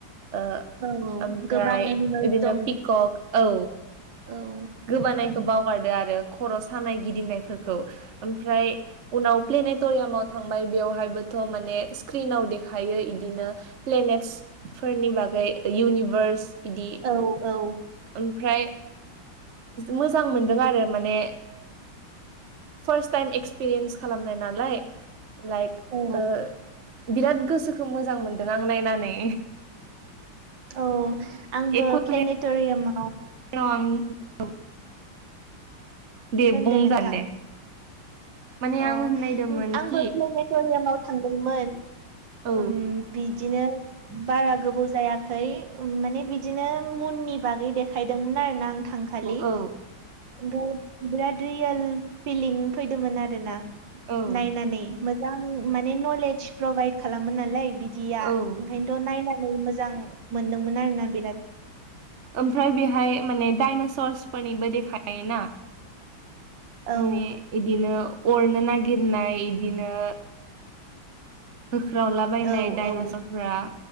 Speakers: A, on the right (about 50°); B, on the right (about 65°).
A: ओ
B: औ औ
A: ओमफ्राय
B: गोबां एनिमेल्स
A: बिदिनो
B: दं
A: पिकक औ।
B: औ
A: गोबानायखौ
B: औ
A: बावगारदो आरो खर सानाय गिदिंनायफोरखौ। ओमफ्राय उनाव प्लेने टरियामाव थांबाय बेवहायबोथ माने स्क्रिनाव देखायो इदिनो प्लेनेटस फोरनि बागै इउनिभार्स इदि
B: औ औ
A: ओमफ्राय मोजां मोनदों आरो माने फार्स्ट टाइम एक्सपिरियेन्स खालामनाय नालाय लाइक
B: औ
A: ओ बिराद गोसोखौ मोजां मोनदों आं नायनानै।
B: औ आंबो
A: एक'लेन्डआव
B: प्लेनेटरियाम
A: <unintelligible> दे
B: होनदो
A: बुंजागोन
B: नोंथां
A: दे। माने आं
B: अ
A: होननायदोंमोन
B: आंबो
A: कि
B: प्लेनेट'रियामाव थांदोंमोन।
A: औ
B: उम बिदिनो बारा गोबाव जायाखै माने बिदिनो मुननि बागै देखायदोंमोन। आरोना आं थांखालि
A: औ
B: ओमफ्राय बिदिनो रियेल फिलिं फैदोंमोन आरो नायनानै
A: औ
B: मोजां नलेज प्रभाइद खालामो नालाय बि बिदिया
A: औ
B: ओंखायनोथ' नायनानै मोजां मोनदोंमोन आरो ना बिराद
A: ओमफ्राय बेहाय माने डाइनासर्सफोरनिबो देखायोना
B: औ
A: माने इदिनो अरनो नागिरनाय इदिनो होख्रावलाबायनाय
B: औ
A: दडाइनासर
B: औ
A: फोरा